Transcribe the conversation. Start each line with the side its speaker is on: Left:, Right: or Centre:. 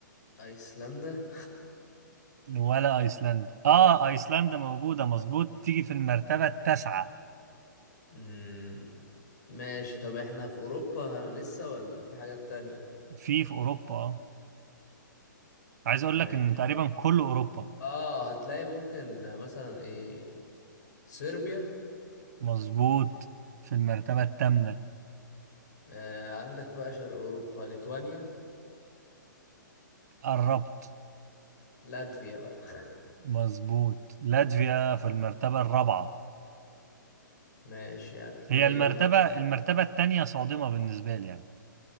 Left: ايسلندا
Right: ولا أيسلندا آه أيسلندا موجودة مظبوط تيجي في المرتبة التاسعة
Left: مم. ماشي طب احنا في اوروبا ه- لسه ولا في حاجات تانية
Right: في في أوروبا آه عايز أقول
Left: ما-
Right: لك إن تقريبا كل أوروبا
Left: اه هتلاقي ممكن مثلا ايه صربيا
Right: مظبوط في المرتبة الثامنة
Left: آه عندك بقى شرق اوروبا ليتوانيا
Right: قربت
Left: لاتفيا بقى <laughs>
Right: مظبوط لاتفيا في المرتبة الرابعة
Left: ماشي هتلاقي
Right: هي المرتبة
Left: ما
Right: المرتبة التانية صادمة بالنسبة لي يعني